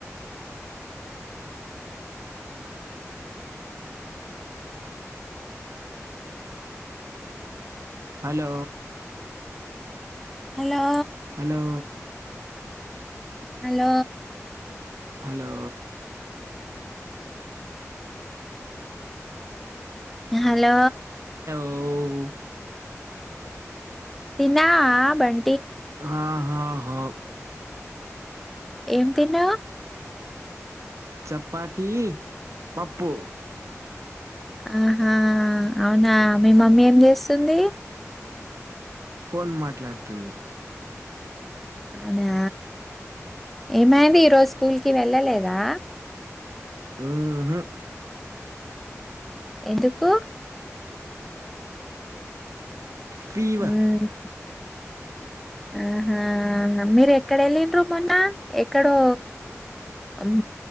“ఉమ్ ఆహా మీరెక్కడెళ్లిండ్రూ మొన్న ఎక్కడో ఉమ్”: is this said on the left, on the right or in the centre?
Centre